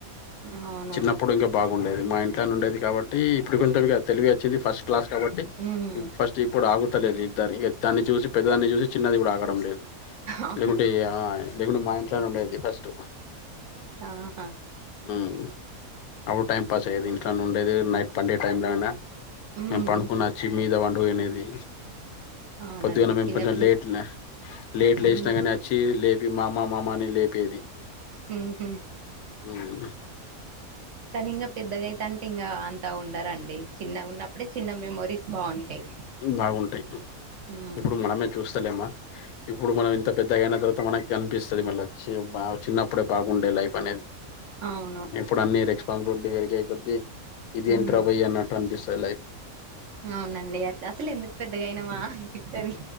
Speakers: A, on the right; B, on the left.
A: ఉమ్మ్ అ
B: చిన్నప్పుడు ఇంకా బాగుండేది మా ఇంట్లోనే ఉండేది కాబట్టి ఇప్పుడు కొంచం ఇగ తెలివి వచ్చింది ఫస్ట్ క్లాస్ కాబట్టి
A: ఉమ్మ్
B: ఫస్ట్ ఇప్పుడు ఆగుతలేదు ఇద్దరు ఇగ దాన్ని చూసి పెద్దదాన్ని చూసి చిన్నది కూడా ఆగడం లేదు
A: అవును.
B: లేకుంటే ఆ లేకుంటే మా ఇంట్లోనే ఉండేది ఫస్ట్
A: ఆహా
B: ఉమ్మ్ అప్పుడు టైంపాస్ అయ్యేది ఇంట్లోనే ఉండేది నైట్ పండే టైంలో అయినా
A: ఉమ్,
B: నేను పండుకున్న వచ్చి మీద పండుకునేది
A: అవునండి
B: పొద్దుగాన్న మేము
A: చిన్నపిల్ల
B: కొంచెం లేట్ న లేట్
A: ఉమ్,
B: లేసినా గాని అ చ్చి లేపి మామా మామా అని లేపేది
A: మ్మ్ఉమ్మ్
B: ఉమ్మ్
A: కానీ ఇంగ పెద్దగా అయితాంటే ఇంగా అంతా ఉండారండి చిన్నగా ఉన్న ప్పుడే చిన్న మెమోరీస్ బాగుంటాయ్
B: బాగుంటాయి
A: ఉమ్మ్
B: ఇప్పుడు మనమే చూస్తలేమా ఇప్పుడు మనం ఇంత పెద్దగాయిన తర్వాత మనకి కనిపిస్తది మళ్ళచ్చి బా చిన్నప్పుడే బాగుండే లైఫ్ అనేది
A: అవును
B: ఇప్పుడు అన్ని రెస్పాన్సిబిలిటీ పెరిగే కొద్దీ ఇదేంట్రా
A: ఉమ్.
B: బయ్ అనట్టు అనిపిస్తాది లైఫ్
A: అవునండి అట్లా అసలేందుకు పెద్దగా అయినామా అనిపిత్తాది